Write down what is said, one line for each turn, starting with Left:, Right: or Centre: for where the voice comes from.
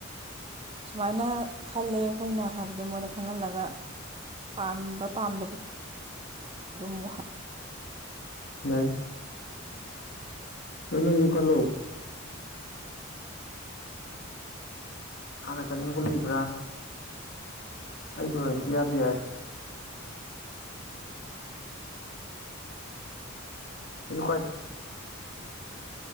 Right: ꯁꯨꯃꯥꯏꯅ ꯈꯜꯂꯦ ꯑꯩꯈꯣꯏꯅ ꯍꯥꯏꯕꯗꯣ ꯃꯣꯏꯗ ꯈꯪꯍꯜꯂꯒ ꯄꯥꯝꯕ ꯄꯥꯝꯗꯕ <unintelligible>
Left: ꯂꯩ ꯑꯗꯨ ꯅꯪꯁꯨ ꯈꯜꯂꯣ ꯍꯥꯟꯅ ꯆꯠꯅꯤꯡꯕ ꯂꯩꯕ꯭ꯔꯥ ꯑꯩꯒꯤ ꯑꯣꯏꯅꯗꯤ ꯏꯌꯥꯗ ꯌꯥꯏ <unintelligible>